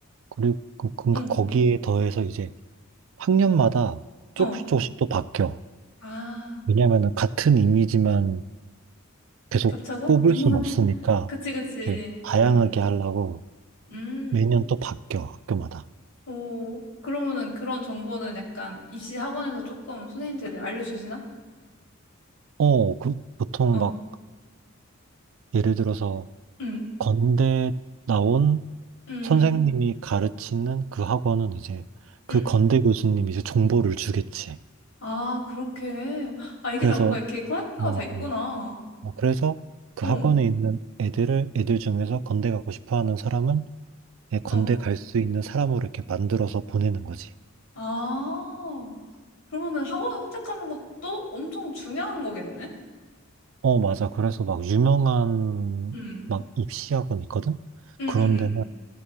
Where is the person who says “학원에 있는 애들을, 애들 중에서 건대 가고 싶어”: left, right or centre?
Right